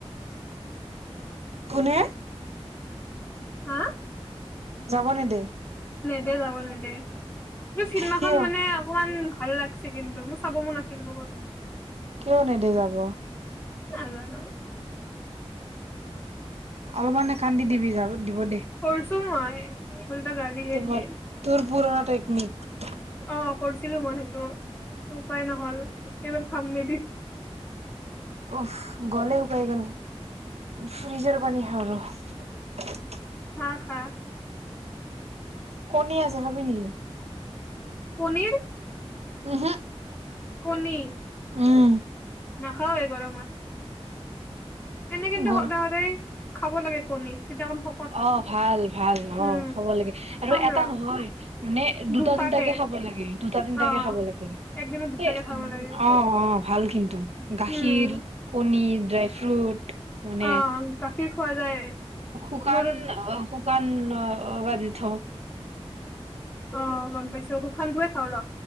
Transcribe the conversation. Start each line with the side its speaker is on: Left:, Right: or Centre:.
Right: কোনে?
Left: হা?
Right: যাব নি দে?
Left: এ যাব নে দে। চিনেমাখন
Right: কিয়
Left: মানে অকমান ভাল লাগছে কিন্তু মোৰ চাব মন আছিল বহুত।
Right: কিয় নেদে যাব
Left: নাজানো।
Right: অলপমানে কান্দি দিবি যাব দিব দে।
Left: কৰিছো মই উল্টা গালী হে
Right: তোমাৰ
Left: দিয়ে।
Right: তোৰ পুৰণা টেকনিক।
Left: অ কৰিছো ছিলো মই সেইটো উপায় নহ'ল এইবাৰ কাম নিদি
Right: উফ গ'লে শুকাই গল ফ্ৰিজৰ পানী খাও ৰ <unintelligible>
Left: খা খা
Right: কনী আছে খাবি নেকি
Left: পনীৰ
Right: উহু
Left: কনী
Right: উম
Left: নখাও এই গৰমত এনে কিন্তু
Right: গৰ
Left: সদায় সদায় খাব লাগে কণী তেতিয়া অকণ শকত হম
Right: অ ভাল ভাল
Left: উম
Right: অ খাব লাগে আৰু
Left: খাম
Right: এটা
Left: ৰ
Right: নহয় মানে দুটা
Left: দুটাকে
Right: তিনটাকে খাব লাগে দুটা তিনটাকে
Left: অ
Right: খাব লাগে
Left: একদিনত দুটাকে
Right: এ
Left: খাব লাগে
Right: অ অ ভাল কিন্তু গাখীৰ
Left: উম
Right: কণী ড্ৰাই ফ্ৰুট মানে
Left: অ গাখীৰ খোৱা যায়
Right: শুকান
Left: মোৰ
Right: অ শু শুকান অ বা দিথ
Left: অ গম পাইছো সান্দোৱে খাওঁ ৰ